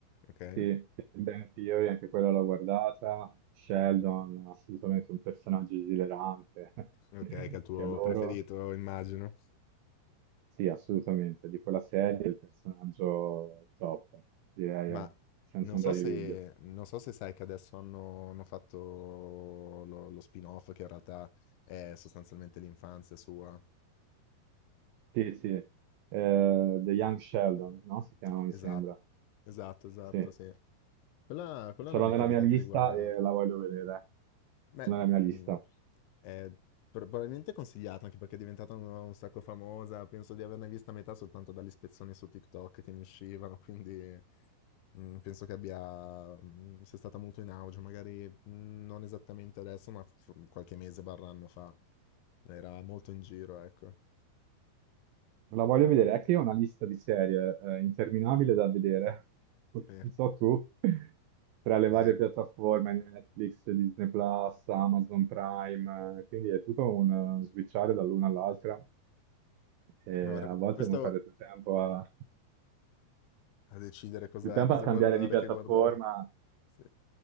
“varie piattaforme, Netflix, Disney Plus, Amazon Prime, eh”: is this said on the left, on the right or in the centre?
Right